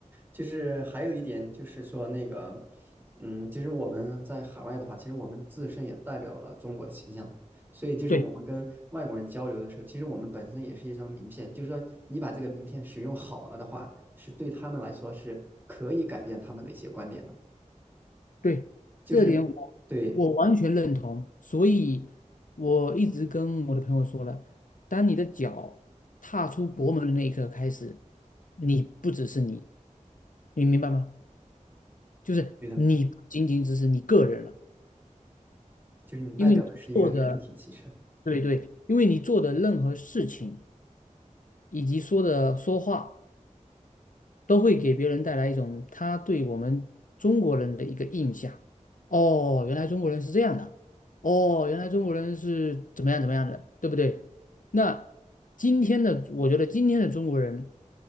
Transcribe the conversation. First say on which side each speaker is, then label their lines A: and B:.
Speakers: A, on the right (about 15°); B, on the left (about 85°).
A: 就是还有一点就是说那个，嗯，就是我们在海外的话，其实我们自身也代表了中国的形象，所以就是我们跟外国人交流的时候，
B: 对
A: 其实我们本身也是一张名片，就是说你把这个名片使用好了的话，是对他们来说是可以改变他们的一些观点的，
B: 对，
A: 就是
B: 这点我我完全认同。
A: 对
B: 所以我一直跟我的朋友说了，当你的脚踏出国门的那一刻开始，你不只是你，你明白吗？就是你不仅仅只是你个人了，
A: 对的，就是你代表的是一个整体，
B: 因为你做的，
A: 其实
B: 对对，因为你做的任何事情以及说的说话。都会给别人带来一种他对我们中国人的一个印象。哦，原来中国人是这样的。哦，原来中国人是怎么样怎么样的，对不对？那今天的，我觉得今天的中国人，